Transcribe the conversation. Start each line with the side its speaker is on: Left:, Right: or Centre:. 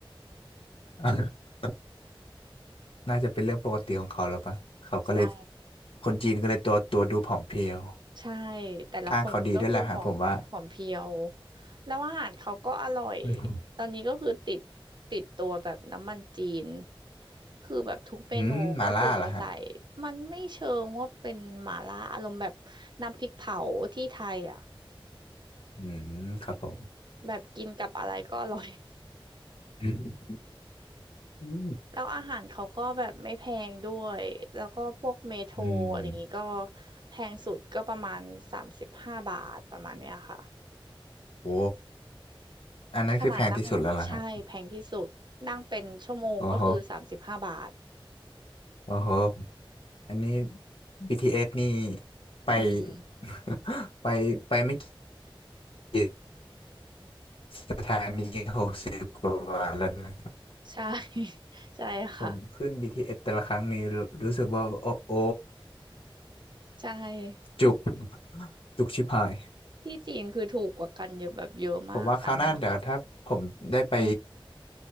Left: <laughs> น่าจะเป็นเรื่องปกติของเขาแล้วปะเขาก็เลย
Right: <laughs> ใช่
Left: คนจีนก็เลยตัวตัวดูผอมเพรียว
Right: ใช่แต่ละคนก็คือผอมผอมเพรียว
Left: ทางเขาดีด้วยแหละฮะผมว่า
Right: แล้วอาหารเขาก็อร่อย
Left: อืม
Right: ตอนนี้ก็คือติดติดตัวแบบน้ำมันจีนคือแบบทุกเมนูก็คือจะใส่
Left: อืมมาล่าเหรอฮะ
Right: มันไม่เชิงว่าเป็นหม่าล่าอารมณ์แบบน้ำพริกเผาที่ไทยอ่ะ
Left: อืมครับผม
Right: แบบกินกับอะไรก็อร่อย
Left: อืม
Right: แล้วอาหารเขาก็แบบไม่แพงด้วย แล้วก็พวกเมโทรอะไรอย่างงี้ก็
Left: อืม
Right: แพงสุดก็ประมาณสามสิบห้าบาทประมาณเนี้ยค่ะ
Left: โอ้อันนั้นคือแพงที่สุดแล้วล่ะฮะ
Right: ขนาดนั่งใช่แพงที่สุดนั่งเป็นชั่วโมงก็คือสามสิบห้าบาท
Left: โอ้โหโอ้โหอันนี้ BTS นี่ไป
Right: อืม
Left: <laughs> ไปไปไม่กี่ สถานีหกสิบกว่าบาทแล้วนะครับ
Right: ใช่ <laughs> ใช่ค่ะ
Left: ผมขึ้น BTS แต่ละครั้งนี้รู้รู้สึกว่าโอ้โอ
Right: ใช่
Left: จุกจุกชิบหาย
Right: ที่จีนคือถูกกว่ากันเยอะแบบเยอะมากสามห้าบาท
Left: ผมว่าคราวหน้าเดี๋ยวถ้าผมได้ไป
Right: อืม